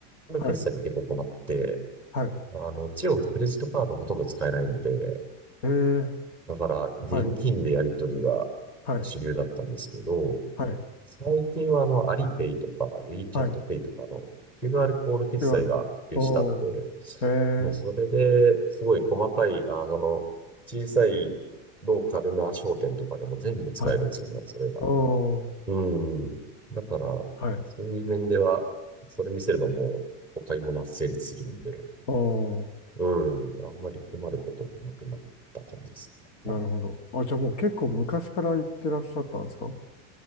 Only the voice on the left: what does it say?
はい、はい。
へえ、
はい、はい、
はい、
はい。
9割。おー。え
ー。
はい。
おー。
はい。
おー。
なるほど。あ、じゃあもう結構昔から行ってらっしゃったんですか